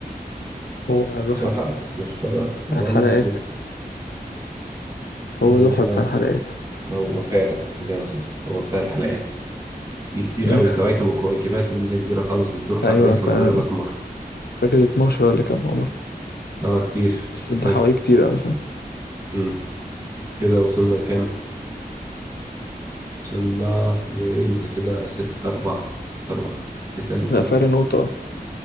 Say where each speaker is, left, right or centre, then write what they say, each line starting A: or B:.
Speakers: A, on the left (about 85°); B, on the right (about 20°).
A: هو ذو حل
B: زحل مشتري أورانوس
A: بتاع الحلقات
B: نبتون هو
A: هو ذو حل بتاع الحلقات
B: هو فعلا إجابة صح هو بتاع الحلقات في كتير قوي
A: ايوه
B: كواكب وكويكبات وليلة كبيرة خالص بتدور حواليها
A: أيوة
B: أصلا
A: فعلا
B: غير الأقمار
A: مش فاكر 12 ولا كام عمر
B: اه كتير
A: بس ده
B: طيب
A: حوالي كتير اوي فاهم
B: امم كده وصلنا لكام؟ وصلنا لأنت كده ستة أربعة ستة أربعة اسأل أنت
A: لا
B: بقى
A: فرق نقطة